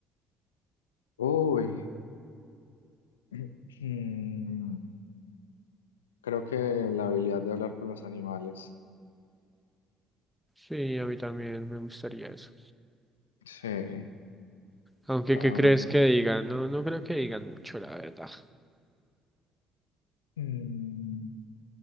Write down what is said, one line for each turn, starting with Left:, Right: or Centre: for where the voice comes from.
Left: Uy, <clears throat> mm, creo que la habilidad de hablar con los animales.
Centre: Sí, a mí también me gustaría eso.
Left: Sí,
Centre: Aunque,
Left: estaba
Centre: ¿qué crees
Left: más int-
Centre: que digan? No, no creo que digan mucho, la verdad.
Left: Mm,